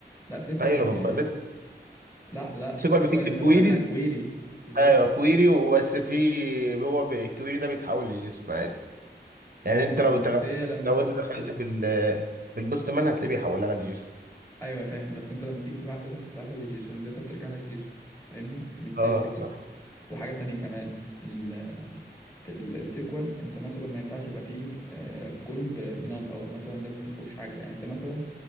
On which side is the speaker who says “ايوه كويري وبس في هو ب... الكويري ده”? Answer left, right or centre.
Right